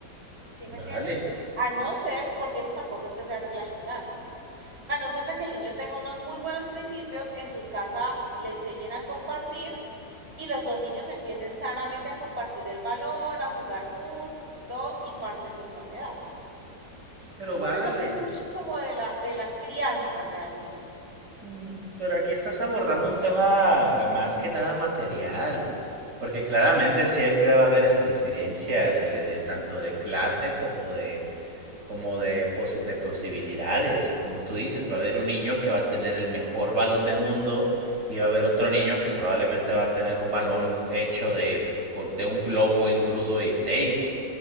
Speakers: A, on the right; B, on the right.
A: ¿Sí me
B: Vale,
A: entiendes? A no ser, porque eso tampoco es que sea regla general, ¿no? A no ser de que el niño tenga unos muy buenos principios, en su casa le enseñen a compartir y los dos niños empiecen sanamente a compartir el balón, a jugar juntos y todo, y parte sin novedad.
B: pero
A: Entonces,
B: vale.
A: pues digo que es mucho como de la, de la crianza realmente.
B: Mm, Pero aquí estás abordando un tema eh, más que nada material, porque claramente siempre va a haber esa diferencia eh, de tanto de clase como de como de, posi- de posibilidades. Como tú dices, va a haber un niño que va a tener el mejor balón del mundo y va a haber otro niño que probablemente va a tener un balón hecho de, con- de un globo engrudo y tape.